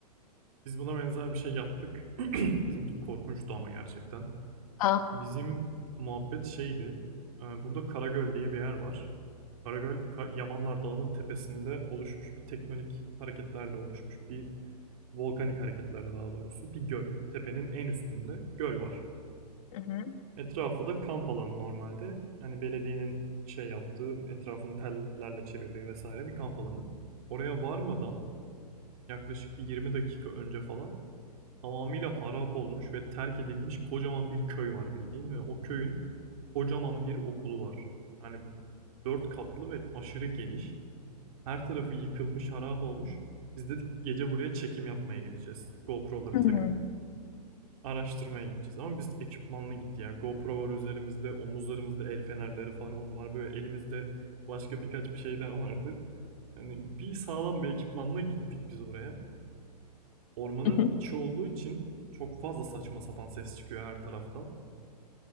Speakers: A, on the right; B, on the left.
A: Biz buna benzer bir şey yaptık. <clears throat> <laughs> Bizimki korkunçtu ama gerçekten.
B: Ah.
A: Bizim muhabbet şeydi. e, Burada Karagöl diye bir yer var. Karagöl, Ka- Yamanlar Dağı'nın tepesinde oluşmuş bir teknonik hareketlerle oluşmuş bir volkanik hareketlerle daha doğrusu bir göl. Tepenin en üstünde göl var.
B: Hı hı.
A: Etrafı da kamp alanı normalde. Hani belediyenin şey yaptığı, etrafını tellerle çevirdiği vesaire bir kamp alanı. Oraya varmadan yaklaşık bir 20 dakika önce falan Tamamıyla harap olmuş ve terk edilmiş kocaman bir köy var bildiğin ve o köyün kocaman bir okulu var. Hani 4 katlı ve aşırı geniş. Her tarafı yıkılmış, harap olmuş. Biz dedik gece buraya çekim yapmaya gideceğiz. GoPro'ları
B: Hmm.
A: takıp araştırmaya gideceğiz. Ama biz ekipmanla gittik. Yani GoPro var üzerimizde, omuzlarımızda el fenerleri falan var. Böyle elimizde başka birkaç bir şey daha vardı. Yani bir sağlam bir ekipmanla gittik biz oraya. Ormanın
B: <laughs>
A: içi olduğu için çok fazla saçma sapan ses çıkıyor her taraftan.